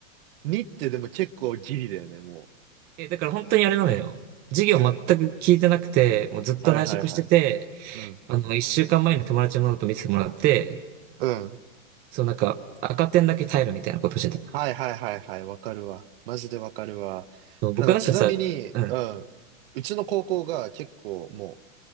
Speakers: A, on the right (about 45°); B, on the right (about 25°).
A: にってでも結構ギリだよね、も
B: え、だから本当にあれなのよ。授業全く聞いてなくて、
A: ううん。
B: もうずっと内職してて、
A: はいはいはい。う。うん。
B: あの、一週間前に友達のノート見せてもらって、
A: うん。
B: そうなんか赤点だけ耐えるみたいなことしてた。
A: はいはいはいはい。わかるわ。マジでわかるわ。
B: そう僕なんかさ、
A: なんかちなみに、
B: うん、
A: うん。うちの高校が結構も